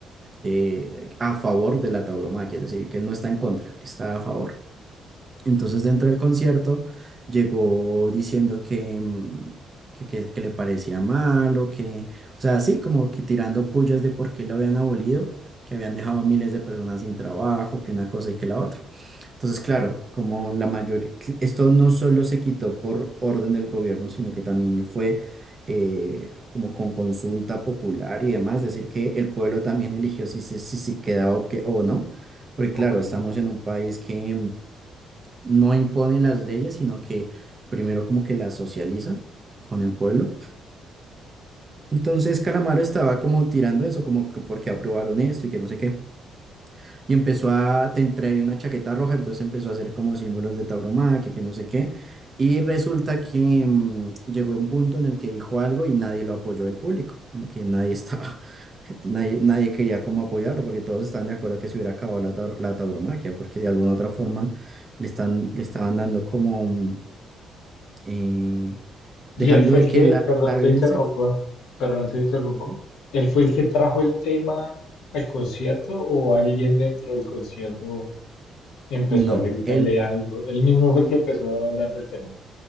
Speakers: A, on the right; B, on the left.
A: eh, a favor de la tauromaquia, es decir, que él no está en contra, está a favor. Entonces dentro del concierto llegó diciendo que, mm, que, que- que le parecía malo, que, o sea, así como que tirando pullas de por qué lo habían abolido, que habían dejado a miles de personas sin trabajo, que una cosa y que la otra. Entonces, claro, como la mayoría, esto no solo se quitó por orden del gobierno, sino que también fue eh, como con consulta popular y demás, decir que el pueblo también eligió si se si, se quedaba o, que, o no, porque
B: Ok.
A: claro, estamos en un país que mm, no impone las leyes, sino que primero como que las socializa con el pueblo. Entonces, Calamaro estaba como tirando eso, como que porque aprobaron esto y que no sé qué. Y empezó a, te traía una chaqueta roja, entonces empezó a hacer como símbolos de tauromaquia, que no sé qué. Y resulta que mm, llegó un punto en el que dijo algo y nadie lo apoyó del público, como que nadie estaba, <laughs> nadie, nadie quería como apoyarlo, porque todos estaban de acuerdo que se hubiera acabado la, tauro- la tauromaquia, porque de alguna otra forma le están, le estaban dando como, mm, eh,
B: Y
A: dejando
B: él fue
A: de
B: el
A: que
B: que,
A: la,
B: perdón,
A: la
B: te
A: violencia...
B: interrumpo, perdón, te interrumpo.
A: ¿sí?
B: ¿Él fue el que trajo el tema al concierto o alguien dentro del concierto Empezó
A: No,
B: a gritarle
A: él
B: algo. Él mismo fue el que empezó a hablar del tema.